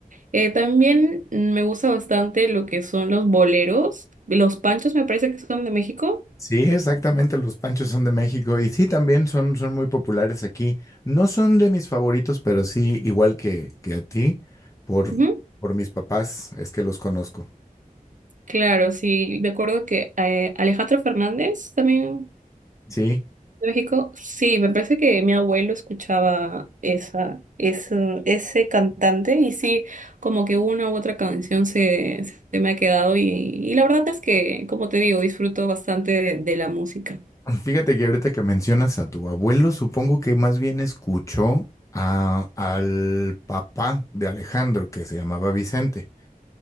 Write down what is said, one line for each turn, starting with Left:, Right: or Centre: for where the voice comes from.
Right: Eh, también me gusta bastante lo que son los boleros, los panchos me parece que son de México.
Left: Sí, exactamente, los panchos son de México y sí, también son, son muy populares aquí. No son de mis favoritos, pero sí, igual que, que a ti, por,
Right: Ujú.
Left: por mis papás es que los conozco.
Right: Claro, sí, me acuerdo que eh, Alejandro Fernández también
Left: Sí,
Right: De México, sí, me parece que mi abuelo escuchaba esa, esa- ese cantante y sí, como que una u otra canción se, se me ha quedado y, y la verdad es que, como te digo, disfruto bastante de, de la música.
Left: <laughs> fíjate que ahorita que mencionas a tu abuelo, supongo que más bien escuchó a, al papá de Alejandro, que se llamaba Vicente.